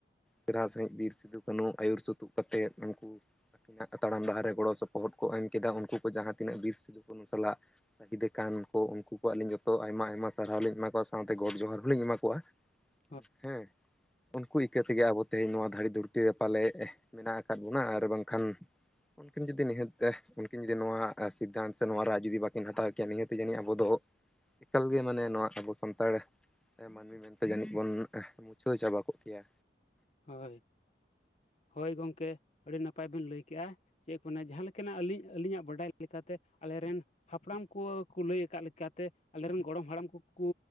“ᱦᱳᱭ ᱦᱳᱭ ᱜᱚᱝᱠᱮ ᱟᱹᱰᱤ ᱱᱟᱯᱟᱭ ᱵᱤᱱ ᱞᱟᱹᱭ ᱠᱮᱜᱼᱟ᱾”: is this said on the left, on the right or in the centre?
Left